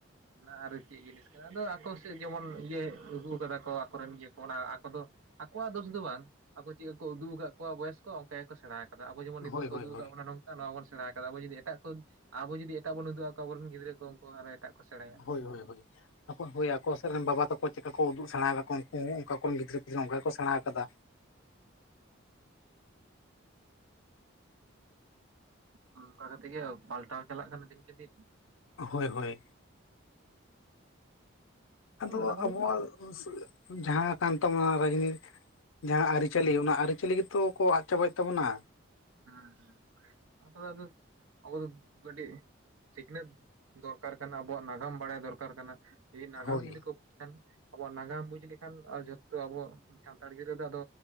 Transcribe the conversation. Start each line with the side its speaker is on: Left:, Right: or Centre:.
Right: ᱚᱱᱟ ᱟᱨᱚ ᱪᱮᱫ ᱡᱤᱱᱤᱥ ᱠᱟᱱᱟ, ᱟᱫᱚ ᱟᱠᱚ ᱥᱮᱫ ᱡᱮᱢᱚᱱ ᱤᱭᱟᱹ ᱟᱹᱜᱩ ᱠᱟᱫᱟ ᱠᱚ ᱟᱠᱚᱨᱮᱱ ᱤᱭᱟᱹ ᱠᱚ ᱚᱱᱟ ᱟᱠᱚ ᱫᱚ, ᱟᱠᱚᱣᱟᱜ ᱫᱳᱥ ᱫᱚ ᱵᱟᱝ, ᱟᱠᱚ ᱪᱮᱫᱠᱟ ᱠᱚ ᱩᱫᱩᱜ ᱟᱠᱟᱫ ᱠᱚᱣᱟ ᱵᱚᱭᱮᱥ ᱠᱚ ᱚᱱᱠᱟ ᱜᱮᱠᱚ ᱥᱮᱬᱟᱭ, ᱠᱟᱫᱟ ᱟᱵᱚ ᱡᱮᱢᱚᱱ ᱱᱤᱛᱚᱜ
Left: ᱦᱳᱭ ᱦᱳᱭ
Right: ᱠᱚ ᱩᱫᱩᱜ
Left: ᱦᱳᱭ
Right: ᱟᱠᱟᱫ ᱵᱚᱱᱟ ᱱᱚᱝ ᱱᱚᱣᱟ ᱵᱚᱱ ᱥᱮᱬᱟ ᱟᱠᱟᱫᱟ ᱟᱵᱚ ᱡᱩᱫᱤ ᱮᱴᱟᱜ ᱠᱚ ᱟᱵᱚ ᱡᱩᱫᱤ ᱮᱴᱟᱜ ᱵᱚᱱ ᱩᱫᱩᱜ ᱟᱠᱚᱭᱟ ᱟᱵᱚ ᱨᱮᱱ ᱜᱤᱫᱽᱨᱟᱹ ᱠᱚ ᱩᱱᱠᱩ ᱟᱨᱚ ᱮᱴᱟᱜ ᱠᱚ ᱥᱮᱸᱬᱟᱭᱟ᱾
Left: ᱦᱳᱭ ᱦᱳᱭ ᱦᱳᱭ ᱛᱟᱯᱚᱨ ᱦᱳᱭ ᱟᱠᱚ ᱥᱮᱫ ᱨᱮᱱ ᱵᱟᱵᱟ ᱛᱟᱠᱚ ᱪᱮᱫᱠᱟ, ᱠᱚ ᱩᱫᱩᱜ ᱥᱮᱬᱟ ᱠᱟᱫᱟ ᱠᱚ ᱩᱱᱠᱩ ᱦᱚᱸ ᱚᱚᱱᱠᱟ ᱠᱚᱨᱮᱱ ᱜᱤᱫᱽᱨᱟᱹ ᱯᱤᱫᱽᱨᱟᱹ ᱚᱱᱠᱟ ᱠᱚ ᱥᱮᱬᱟᱣ ᱠᱟᱫᱟ᱾
Right: ᱦᱩᱸ <inaudible> ᱚᱱᱠᱟ ᱠᱟᱛᱮ ᱜᱮ ᱯᱟᱞᱴᱟᱣ ᱪᱟᱞᱟᱜ ᱠᱟᱱᱟ ᱫᱤᱱᱠᱮ ᱫᱤᱱ᱾
Left: ᱦᱳᱭ ᱦᱳᱭ ᱟᱫᱚ
Right: ᱚᱱᱟ ᱠᱚᱫᱚ
Left: ᱟᱵᱚᱣᱟᱜ ᱡᱟᱦᱟᱸ ᱠᱟᱱ ᱛᱟᱢᱟ ᱨᱟᱡᱽᱱᱤᱛ, ᱡᱟᱦᱟᱸ ᱟᱹᱨᱤᱪᱟᱹᱞᱤ ᱚᱱᱟ ᱟᱹᱨᱤᱪᱟᱹᱞᱤ ᱜᱮᱛᱚ ᱠᱚ ᱟᱫ ᱪᱟᱵᱟᱭᱮᱫ ᱛᱟᱵᱚᱱᱟ᱾
Right: ᱦᱩᱸ ᱦᱩᱸ ᱚᱱᱠᱟ ᱫᱚ ᱟᱵᱚ ᱫᱚ ᱠᱟᱴᱤᱜ, ᱥᱤᱠᱷᱱᱟᱹᱛ ᱫᱚᱨᱠᱟᱨ ᱠᱟᱱᱟ ᱟᱵᱚᱣᱟᱜ ᱱᱟᱜᱟᱢ ᱵᱟᱲᱟᱭ ᱫᱚᱨᱠᱟᱨ ᱠᱟᱱᱟ ᱠᱤ ᱱᱟᱜᱟᱢ
Left: ᱦᱳᱭ
Right: ᱡᱩᱫᱤ ᱠᱚ, ᱠᱷᱟᱱ ᱟᱵᱚᱣᱟᱜ ᱱᱟᱜᱟᱢ ᱵᱩᱡᱽ ᱞᱮᱠᱷᱟᱱ ᱡᱷᱚᱛᱚ ᱟᱵᱚᱭᱟᱜ ᱥᱟᱱᱛᱟᱲ ᱜᱤᱫᱽᱨᱟᱹ ᱫᱚ ᱟᱫᱚ,